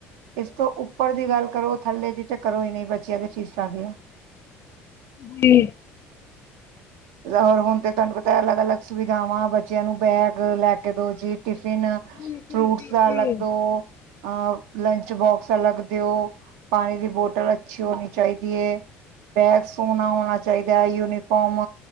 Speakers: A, on the right; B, on the left.
A: ਇਸ ਤੋਂ ਉੱਪਰ ਦੀ ਗੱਲ ਕਰੋ ਥੱਲੇ ਦੀ ਤਾਂ ਕਰੋ ਹੀ ਨਹੀਂ ਬੱਚਿਆਂ ਦੇ ਫੀਸਾਂ ਦੀਆਂ
B: ਜੀ
A: ਹੋਰ ਹੁਣ ਤੇ ਤੁਹਾਨੂੰ ਪਤਾ ਅਲੱਗ- ਅਲੱਗ ਸੁਵਿਧਾਵਾਂ ਬੱਚਿਆਂ ਨੂੰ ਬੈਗ ਲੈ ਕੇ ਦੋ ਜੀ ਟਿਫਿਨ
B: ਬਿਲਕੁਲ
A: ਫਰੂਟਸ
B: ਬਿਲਕੁਲ
A: ਦਾ ਅਲੱਗ ਦਿਓ, ਅ ਲੰਚ ਬੋਕਸ ਅਲੱਗ ਦਿਓ ਪਾਣੀ ਦੀ ਬੋਟਲ ਅੱਛੀ ਹੋਣੀ ਚਾਈਦੀ ਏ। ਬੈਗ ਸੋਹਣਾ ਹੋਣਾ ਚਾਈਦਾ। ਯੂਨੀਫੋਮ